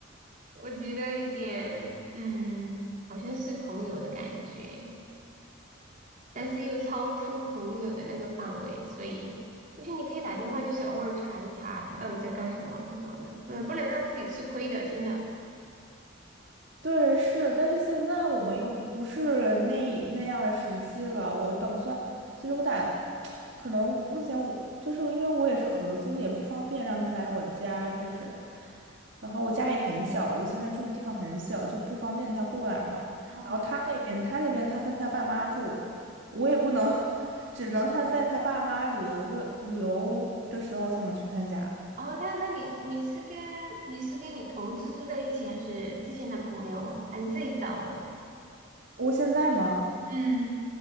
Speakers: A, on the right; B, on the right.
A: 我觉得有点嗯，好像是朋友的感觉。但是又超出朋友的那个范围，所以我觉得你可以打电话，就是偶尔查一查他到底在干什么这种的，不能不能让自己吃亏的，真的。
B: 对，是，但是现在我们又不是那那样的时期了。我打算，其实我打，<tsk> 可能目前我就是因为我也是合租，也不方便让他来我家，就是，然后我家也很小，我现在住的地方很小，就不方便他过来嘛。
A: 哦，
B: 然后他那边，他那边他跟他爸妈住，我也不能，<laughs> 只能他在他爸妈旅游的旅游的时候才能去他家。
A: 哦，那那你你是跟你是跟你同事住在一起，还是之前的朋友啊，还是自己找的？
B: 我现在吗？
A: 嗯，